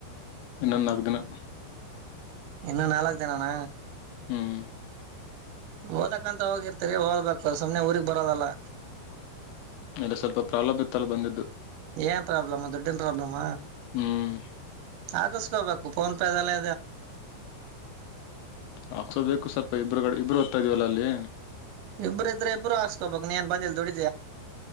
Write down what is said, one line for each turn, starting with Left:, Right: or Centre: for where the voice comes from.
Left: ಇನ್ನೊಂದು ನಾಲ್ಕದಿನ
Right: ಇನ್ನು ನಾಲ್ಕ್ ದಿನಾನ
Left: ಹ್ಮ್
Right: ಓದಕಂತ ಹೋಗಿರ್ತರಿ ಓದ್ಬೇಕು ಸುಮ್ನೆ ಊಗ್ ಬರೋದಲ್ಲ
Left: ಇಲ್ಲ ಸ್ವಲ್ಪ ಪ್ರಲಭಿತಲ್ಲ ಬಂದಿದ್
Right: ಏನ್ ಪ್ರಾಬ್ಲಮ ದುಡ್ಡನ್ ಪ್ರಾಬ್ಲಮ
Left: ಹ್ಮ್
Right: ಆಗಸ್ಕೋಬೇಕು. ಫೋನ್ ಪೆದಲ್ಲಿ
Left: ಹಕ್ಸೋ ಬೇಕು ಸ್ವಲ್ಪ ಇಬರುಗಡೆ ಇಬ್ಬರು ಓದ್ತ ಇದೀವಲ್ಲ ಅಲ್ಲಿ.
Right: ಇಬ್ಬರು ಇದ್ರೆ ಇಬ್ರು ಹಾಕೋಬೇಕು ನೀ ಏನ್ ಬಂದಿ ಇಲ್ಲಿ ದುಡಿ.